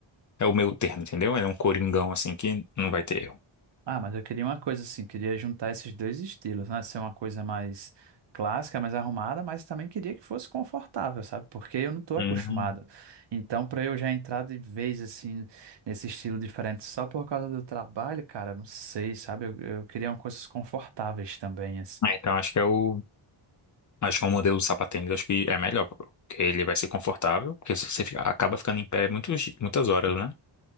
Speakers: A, on the left; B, on the right.
A: É o meu termo, entendeu? Ele é um coringão, assim, que não vai ter erro.
B: Ah, mas eu queria uma coisa assim, queria juntar esses dois estilos, né? Ser uma coisa mais clássica, mais arrumada, mas também queria que fosse confortável, sabe? Porque eu não estou
A: Uhum.
B: acostumado. Então, para eu já entrar de vez assim nesse estilo diferente só por causa do trabalho, cara, não sei, sabe? Eu, eu queria uma coisas confortáveis também, assim.
A: Ah, então acho que é o. Acho que o modelo do sapatênis acho que é melhor, porque ele vai ser confortável, porque se você fica- acaba ficando em pé muitos, di- muitas horas, né?